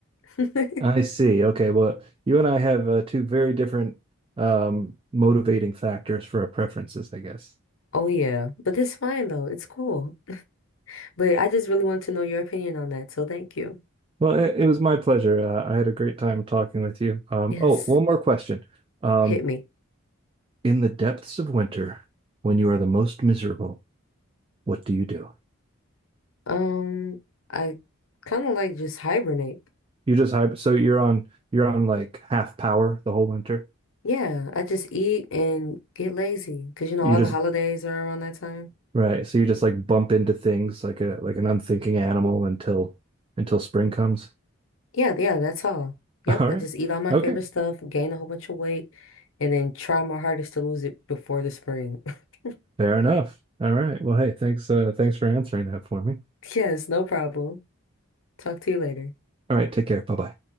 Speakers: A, on the left (about 70°); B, on the right (about 25°).
A: <laughs>
B: I see. Okay, well, you and I have uh, two very different um, motivating factors for our preferences, I guess.
A: Oh yeah, but it's fine though. It's cool. But I just really want to know your opinion on that, so thank you.
B: Well, it, it was my pleasure. Uh, I had a great time talking with you. Um,
A: Yes,
B: oh, one more question. Um,
A: hit me.
B: in the depths of winter, when you are the most miserable, what do you do?
A: Um, I kind of like just hibernate.
B: You just hyper, so you're on you're on like half power the whole winter.
A: Yeah, I just eat and get lazy because you know
B: You
A: all
B: just
A: the holidays are around that time.
B: right, so you just like bump into things like a like an unthinking animal until until spring comes.
A: Yeah, yeah, that's all. Yep,
B: <laughs> All
A: I
B: right.
A: just eat all my
B: Okay.
A: favorite stuff, gain a whole bunch of weight, and then try my hardest to lose it before the spring. <laughs>
B: Fair enough. All right. Well, hey, thanks uh thanks for answering that for me.
A: Yes, no problem. Talk to you later.
B: All right, take care. Bye-bye.